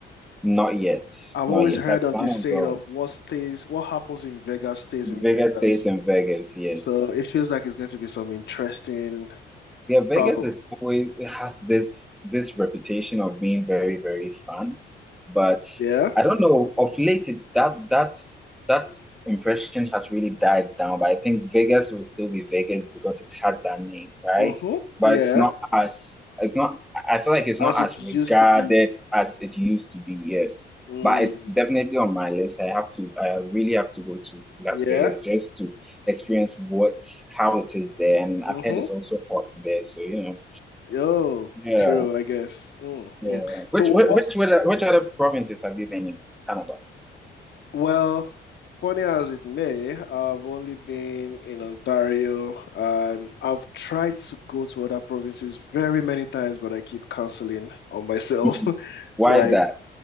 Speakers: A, in the centre; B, on the left (about 65°).
A: not yet.
B: I've
A: Not
B: always
A: yet.
B: heard
A: I
B: of
A: plan
B: this
A: on
B: saying
A: going.
B: of what stays, what happens in Vegas stays
A: Vegas
B: in Vegas.
A: stays in Vegas. Yes.
B: So it feels like it's going to be some interesting
A: Yeah, Vegas
B: travel.
A: is always it has this this reputation of being very, very fun, but
B: Yeah.
A: I don't know, of late it, that that's that impression has really died down. But I think Vegas will still be Vegas because it has that name, right?
B: Mm-hmm.
A: But
B: Yeah.
A: it's not as it's not I feel like it's
B: As
A: not
B: it
A: as
B: used
A: regarded
B: to be.
A: as it used to be, yes.
B: Mm.
A: But it's definitely on my list. I have to I really have to go to Las
B: Yeah.
A: Vegas just to experience what how it is there. And I've
B: Mm-hmm.
A: heard it's also hot there, so you know,
B: Yo,
A: yeah,
B: true, I guess. Mm-hmm.
A: yeah.
B: So
A: Which
B: what,
A: which
B: what's
A: which other, which other provinces have you been in Canada?
B: well, funny as it may, I've only been in Ontario and I've tried to go to other provinces very many times, but I keep canceling on myself,
A: Mhm.
B: <laughs>
A: Why
B: right?
A: is that?